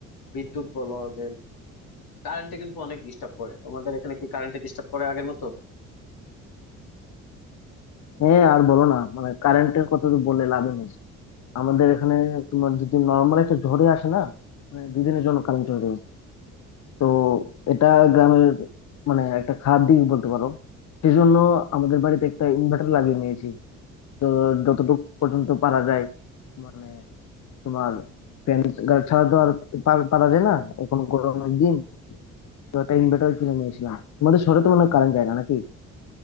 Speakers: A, on the left; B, on the left.
A: বিদ্যুৎ বলো যে কারেন্টে কিন্তু অনেক ডিস্টার্ব করে তোমাদের এখানে কি কারেন্টে ডিস্টার্ব করে আগের মতো
B: হ্যাঁ আর বলো না মানে কারেন্টের কথা তো বললে লাভ নেই আমাদের এখানে তোমার যদি নর্মাল একটা ঝড়ে আসে না মানে দুদিনের জন্য কারেন্ট চলে যাবে তো এটা গ্রামের মানে একটা খারাপ দিক বলতে পারো সেজন্য আমাদের বাড়িতে একটা ইনভার্টার লাগিয়ে নিয়েছি তো যতটুকু পর্যন্ত পারা যায় মানে তোমার ফ্যান ছাড়া তো আর পার- পারা যায় না এখন গরমের দিন তো একটা ইনভার্টার কিনে নিয়েছিলাম তোমাদের শহরে তো মনে হয় কারেন্ট যায় না নাকি